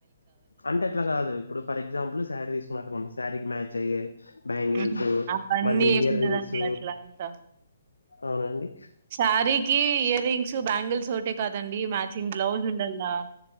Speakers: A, on the left; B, on the right.
A: అంటే అట్లా కాదు ఇప్పుడు ఫర్ ఎగ్జాంపుల్ శాలరీ తీసుకున్నారూ అనుకోండి తారికి మ్యాచ్ అయ్యే బ్యాంగిల్స్
B: హ్మ్. అవన్నీ
A: మళ్ళీ
B: ఏముండదండి
A: ఇయర్ రింగ్స్
B: అట్లా అంతా.
A: అవునండి
B: శారీకి ఇయర్ రింగ్స్ బ్యాంగిల్స్ ఒకటే కాదండి మ్యాచింగ్ బ్లౌజ్ ఉండల్లా